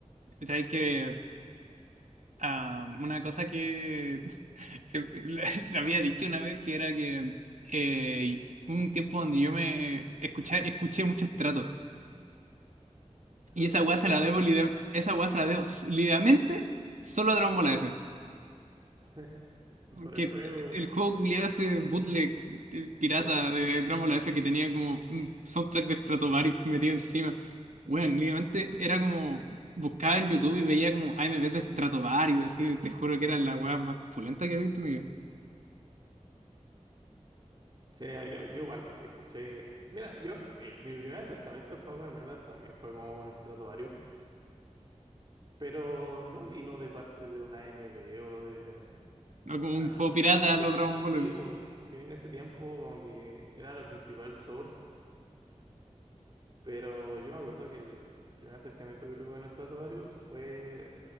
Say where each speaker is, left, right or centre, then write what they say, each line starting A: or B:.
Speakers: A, on the right; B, on the right.
A: Sabes que ah, una cosa que <laughs> se- <laughs> le había dicho una vez que era que eh, hubo un tiempo donde yo me escuché, escuché mucho Stratos.
B: Se
A: Y esa weá
B: trató
A: se la
B: varios.
A: debo, lide- esa weá se la debo s- literalmente solo a Dragon Ball F.
B: <laughs> Por
A: que
B: el juego,
A: el juego culiado ese bootleg el pirata
B: sí.
A: de Drácula F que tenía como un soundtrack de Stratovarius metido encima. Bueno, únicamente era como buscaba en YouTube y veía como a M AMVs de Stratovarius, así, te juro que era la weá más pulenta que he visto en mi vida.
B: Sí, ah, yo, yo igual escuché. Mira, yo el, mi primer acercamiento al power metal también fue como con Stratovarius, pero no vino de parte de una A M AMB o de
A: No como
B: al-
A: un juego pirata
B: es que
A: los Dragon
B: sí,
A: Ball.
B: bo, sí, en ese tiempo como que era la principal source, pero yo me acuerdo que el primer acercamiento que tuve con Stratovarius fue